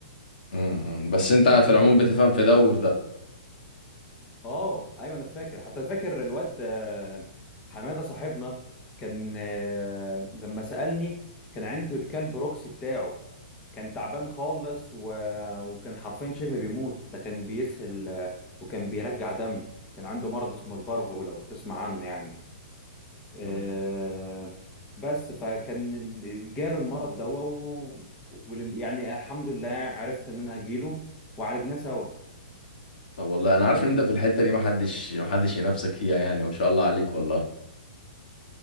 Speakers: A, on the left (about 75°); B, on the left (about 20°).
A: م- م. بس أنت في العموم بتفهم في ده وفي ده
B: اه ايوه انا فاكر حتى فاكر الواد آه، حماده صاحبنا كان آه، لما سالني كان عنده الكلب روكسي بتاعه كان تعبان خالص و... وكان حرفيا شبه بيموت ده كان بيسهل آه، وكان بيرجع دم كان عنده مرض اسمه البارفو لو تسمع عنه يعني آه،
A: لا.
B: بس فكان ال- جاله المرض ده و... ولل... يعني الحمد لله عرفت ان انا اجيله وعالجناه سوا
A: طب والله أنا عارف إن أنت في الحتة دي محدش محدش ينافسك فيها يعني ما شاء الله عليك والله